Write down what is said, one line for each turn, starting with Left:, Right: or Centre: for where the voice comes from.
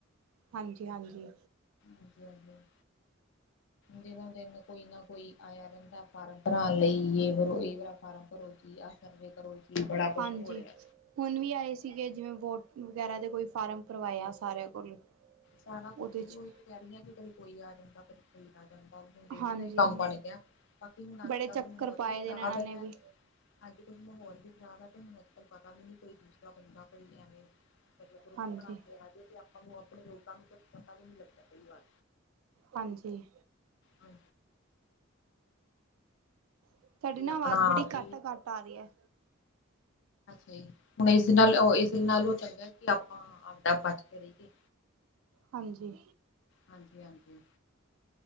Right: ਹਾਂਜੀ-ਹਾਂਜੀ,
Left: ਹਾਂਜੀ-ਹਾਂਜੀ ਦਿਨੋ-ਦਿਨ ਕੋਈ ਨਾ ਕੋਈ ਆਇਆ। ਦਾ ਫਾਰਮ ਭਰਾਉਣ ਲਈ ਇਹ ਕਰੋ ਇਹ ਵੀ ਫਾਰਮ ਭਰੋ ਜੀ ਆਹ ਸਰਵੇ ਕਰੋ ਜੀ। ਬੜਾ ਕੁਛ
Right: ਹਾਂਜੀ,
Left: ਹੋ ਰਿਹਾ।
Right: ਹੁਣ ਵੀ ਆਏ ਸੀਗੇ ਜਿਵੇਂ ਵੋਟ ਵਗੈਰਾ ਦੇ ਕੋਈ ਫਾਰਮ ਭਰਵਾਇਆ ਸਾਰ ਕੋਲ
Left: ਸਾਰਾ ਕੁਛ
Right: ਉਹਦੇ 'ਚ
Left: ਉਹੀ ਕਚਹਿਰੀਆਂ ਵੀ ਕਦੇ ਕੋਈ ਆ ਜਾਂਦਾ ਕਦੇ ਆ ਜਾਂਦਾ ਡੇਲੀ
Right: ਹਾਂਜੀ,
Left: ਦਾ ਹੀ ਕੰਮ ਬਣ ਗਿਆ। ਬਾਕੀ ਹੁਣ ਅੱਜ-ਕਲ
Right: ਬੜੇ ਚੱਕਰ
Left: ਮਾਹੌਲ
Right: ਪਾਏ
Left: ਵੀ
Right: ਦੇ
Left: ਖ਼ਰਾਬ
Right: ਨੇ ਇਹਨਾਂ
Left: ਹੈਗਾ
Right: ਨੇ ਵੀ,
Left: ਐ। ਹਾਂਜੀ ਕੁਛ ਮਾਹੌਲ ਵੀ ਖ਼ਰਾਬ ਐ ਤਾਨੂੰ ਅੱਜ-ਕੱਲ੍ਹ ਪਤਾ ਵੀ ਨਹੀਂ ਕੋਈ ਦੂਸਰਾ ਬੰਦਾ ਕੋਈ ਐਵੇਂ ਗਰੁੱਪ
Right: ਹਾਂਜੀ।
Left: ਬਣਾ ਕੇ ਅੱਜ ਤੇ ਆਪਾਂ ਨੂੰ ਆਪਣੇ ਲੋਕਾਂ ਨੂੰ ਕੁ ਪਤਾ ਵੀ ਨੀ ਲੱਗਦਾ ਕਈ ਵਾਰ
Right: ਹਾਂਜੀ,
Left: ਹਾਂ
Right: ਤੁਹਾਡੀ ਨਾ
Left: ਆਪਣਾ
Right: ਆਵਾਜ਼ ਬੜੀ
Left: ਆਪ
Right: ਘੱਟ-ਘੱਟ ਆ ਰਹੀ ਹੈ।
Left: ਹੀ ਹੁਣ ਇਸ ਨਾਲ ਇਸ ਨਾਲੋ ਉਹ ਚੰਗਾ ਕਿ ਆਪਾਂ ਆਪ ਬਚ ਕੇ ਰਹੀਏ।
Right: ਹਾਂਜੀ,
Left: ਹਾਂਜੀ-ਹਾਂਜੀ,